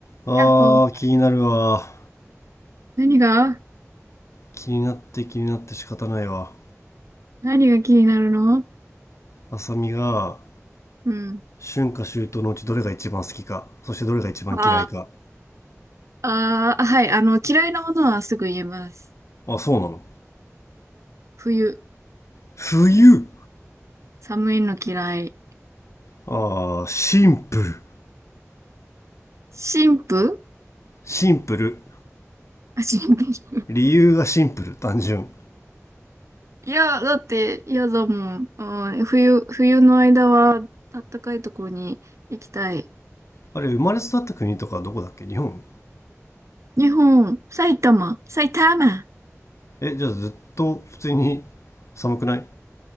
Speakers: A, on the left (about 65°); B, on the right (about 65°).
A: あー、
B: あ、ほう。
A: 気になるわ。
B: 何が
A: 気になって気になって仕方ないわ。
B: 何が気になるの
A: 浅見が、
B: うん。
A: 春夏秋冬のうちどれが一番好きか、そしてどれが一番嫌いか。
B: ああ、あはい。あの、嫌いなものはすぐ言えます。
A: あ、そうなの。
B: 冬、
A: 冬
B: 寒いの嫌い。
A: あー、シンプル。
B: 神父
A: シンプル。
B: あ、神父。<laughs>
A: 理由がシンプル、単純。
B: いや、だって嫌だもん。うん、冬、冬の間は、あったかいとこに行きたい。
A: あれ、生まれ育った国とかどこだっけ日本
B: 日本、埼玉、埼玉。
A: え、じゃあずっと普通に寒くない